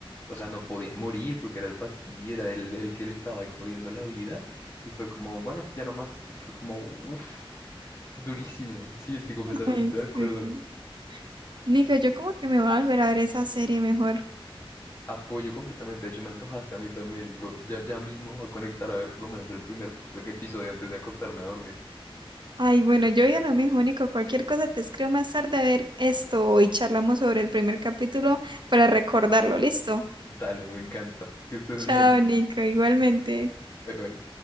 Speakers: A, on the left (about 25°); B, on the right (about 50°).
A: o sea, no podía morir porque era el fastidio, era el, el que le estaba ahí jodiendo la vida. Y fue como, bueno, ya no más. Y fue como, uff. Durísimo, sí, estoy completamente
B: Ay,
A: de acuerdo.
B: sí. Nico, yo como que me voy a volver a ver esa serie mejor.
A: Apoyo completamente, de hecho me antojaste a mí también. Voy- Ya, ya mismo voy a conectar a ver por lo menos el primer episodio antes de acostarme a dormir.
B: Ay, bueno, yo ya lo mismo, Nico. Cualquier cosa te escribo más tarde a ver esto y charlamos sobre el primer capítulo para recordarlo. ¿Listo?
A: Dale, me encanta. Que estés
B: Chao,
A: bien.
B: Nico, igualmente.
A: Bye bye.